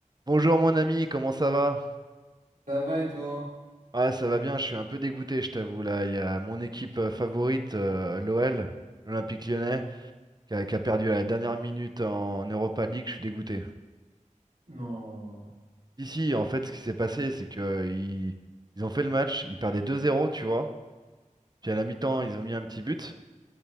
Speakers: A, on the right; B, on the right.
A: Bonjour mon ami, comment ça va?
B: Ça va et toi?
A: Ouais, ça va bien, je suis un peu dégoûté, je t'avoue. Là, il y a mon équipe euh, favorite, euh, l'OL, l'Olympique Lyonnais, qui a, qui a perdu à la dernière minute en Europa League, je suis dégoûté.
B: Non.
A: Si, si, en fait, ce qui s'est passé, c'est que euh, ils, ils ont fait le match, ils perdaient 2-0, tu vois. Puis à la mi-temps, ils ont mis un petit but.